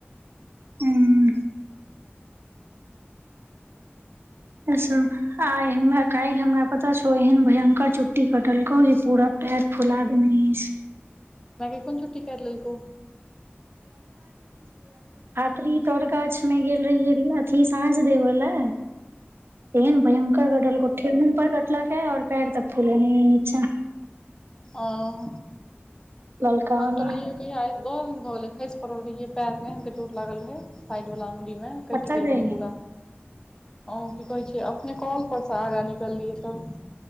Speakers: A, on the right; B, on the left.
A: हूँ से आइ हमरा काल्हि हमरा पता छौ? एहन भयंकर चुट्टी कटलकौ जे पूरा पैर फुला देन्नीश।
B: बड़ेको नऽ छुट्टी कैर लेलको।
A: प्रीतर गाछ मे गेल रहियै न अथी साँझ देबऽ ले। एहेन भयंकर कटलकौ, ठेहुन पर कटलक ए और पैर तक फूलेने ये निच्चाँ।
B: ओह
A: ललका
B: हम
A: वाला
B: तऽ रहियै जे कहिया? दौ दिन भऽ गेलै खसि पड़ल रहियै। पैर मे फेर चोट लागल रहै। साइडवला अङ्गुलीमे कटि
A: पता
B: गेल
A: छै
B: रहै पूरा। ओँ की कहै छै? अपने कऽल परसँ आगाँ निकललियै तऽ।